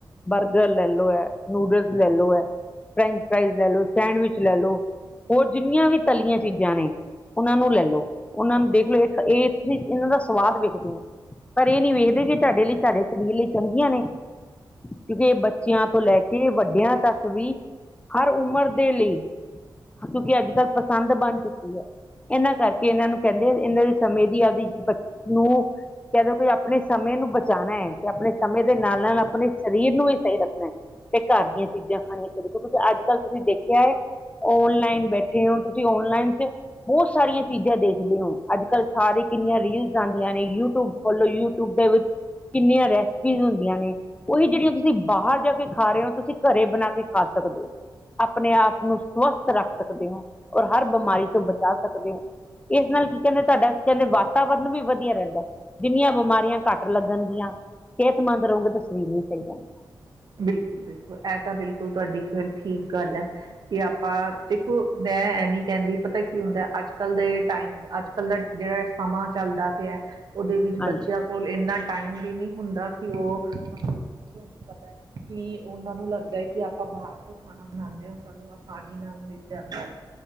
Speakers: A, on the left; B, on the right.
A: ਬਰਗਰ ਲੈ ਲੋ, ਹੈ ਨੂਡਲਸ ਲੈ ਲੋ ਹੈ। ਫਰੈਂਚ ਫਰਾਾਈਜ਼ ਲੈ ਲੋ, ਸੈਂਡਵਿਚ ਲੈ ਲੋ, ਹੋਰ ਜਿੰਨੀਆਂ ਵੀ ਤਲੀਆਂ ਚੀਜ਼ਾਂ ਨੇ ਉਹਨਾਂ ਨੂੰ ਲੈ ਲਓ, ਉਹਨਾਂ ਨੂੰ ਦੇਖ ਲੋ ਇਹ ਤੁਸੀ ਇਹਨਾਂ ਦਾ ਸਵਾਦ ਵੇਖਦੇ ਹੋ। ਪਰ ਏ ਨਈ ਵੇਖਦੇ ਕਿ ਤੁਆਡੇ ਲਈ ਤਾਡੇ ਸਰੀਰ ਲਈ ਚੰਗੀਆਂ ਨੇ। ਕਿਉਕਿ ਬੱਚੇਆਂ ਤੋਂ ਲੈ ਕੇ ਵੱਡੇਆਂ ਤੱਕ ਵੀ ਹਰ ਉਮਰ ਦੇ ਲਈ, ਕਿਉਂਕਿ ਅੱਜ -ਕੱਲ ਪਸੰਦ ਬਣ ਚੁੱਕੀ ਯਾ, ਏਨਾਂ ਕਰਕੇ ਏਨਾਂ ਨੂੰ ਕੇਂਦੇ ਏਨਾਂ ਦੇ ਸਮੇਂ ਦੀ ਆਪਦੀ ਬੱਚਤ ਨੂੰ ਕੇ ਦਓ ਆਪਣੇ ਸਮੇਂ ਨੂੰ ਬਚਾਣਾ ਐ ਤੇ ਆਪਣੇ ਸਮੇਂ ਦੇ ਨਾਲ -ਨਾਲ ਆਪਣੇ ਸਰੀਰ ਨੂੰ ਵੀ ਸਈ ਰੱਖਣਾ ਐ। ਤੇ ਘਰ ਦੀਆਂ ਚੀਜ਼ਾਂ ਖਾਣੀਆਂ ਸ਼ੁਰੂ ਕਰੋ ਕਿਉਂਕਿ ਅੱਜ -ਕੱਲ੍ਹ ਤੁਸੀਂ ਦੇਖਿਆ ਏ ਔਨਲਾਈਨ ਬੈਠੇ ਹੋ, ਤੁਸੀਂ ਔਨਲਾਈਨ ਚ ਬੋਤ ਸਾਰੀਆਂ ਚੀਜ਼ਾਂ ਦੇਖਦੇ ਹੋ ਅੱਜ -ਕੱਲ੍ਹ ਸਾਰੀ ਕਿੰਨੀਆਂ ਰੀਲਸ ਆਂਦੀਆਂ ਨੇ ਯੂਟਿਊਬ ਖੋਲੋ ਯੂਟਿਊਬ ਦੇ ਵਿੱਚ ਕਿੰਨੀਆਂ ਰੈਸਪੀਜ਼ ਹੁੰਦੀਆਂ ਨੇ, ਉਹੀ ਜੇੜੀਆਂ ਤੁਸੀਂ ਬਾਹਰ ਜਾ ਕੇ ਖਾ ਰਹੇ ਹੋ ਤੁਸੀਂ ਘਰੇ ਬਣਾ ਕੇ ਖਾ ਸਕਦੇ ਹੋ, ਆਪਣੇ ਆਪ ਨੂੰ ਸਵਸਥ ਰੱਖ ਸਕਦੇ ਹਾ ਔਰ ਹਰ ਬਮਾਰੀ ਤੋ ਬਚਾ ਸਕਦੇ ਹੋ ਇਸ ਨਾਲ ਕੀ ਕੇਂਦੇ ਤੁਆਡਾ ਕੇਂਦੇ ਵਾਤਾਵਰਨ ਵੀ ਵੱਧੀਆ ਰੇਂਦਾ। ਜਿੰਨੀਆਂ ਬਿਮਾਰੀਆਂ ਘੱਟ ਲੱਗਣਗੀਆਂ ਸੇਹਤਮੰਦ ਰਹੋਗੇ ਤਾਂ ਸਰੀਰ ਵੀ ਸਈ ਰੇਂਦਾ।
B: ਬਿਲਕੁਲ -ਬਿਲਕੁਲ ਐ ਤਾਂ ਬਿਲਕੁਲ ਤੁਆਡੀ ਫੇਰ ਠੀਕ ਗੱਲ ਆ ਕਿ ਆਪਾਂ ਦੇਖੋ ਮੈਂ ਐਨੀ ਕੇਂਦੀ ਪਤਾ ਕੀ ਹੁੰਦਾ ਅੱਜ- ਕੱਲ ਦੇ ਟਾਈਮ ਅੱਜ-ਕੱਲ ਦਾ ਜੇੜਾ ਸਮਾਂ ਚੱਲਦਾ ਪੇਆ ਓਦੇ ਵਿੱਚ
A: ਹਾਂਜੀ
B: ਬੱਚੇਆਂ ਕੋਲ ਏਂਨਾ ਟਾਈਮ ਵੀ ਨਈ ਹੁੰਦਾ ਕਿ ਓ ਮਤਲਬ ਕੀ ਤੁਆਨੂੰ ਪਤਾ ਹੈ ਕਿ ਉਹਨਾਂ ਨੂੰ ਲੱਗਦਾ ਹੈ ਕਿ ਆਪਾਂ ਬਾਹਰ ਤੋਂ ਖਾਣਾ ਬਣਾਉਂਦੇ ਹੋ ਸਕ ਆਸਾਨੀ ਨਾਲ ਮਿਲ ਜਾਂਦਾ ਐ।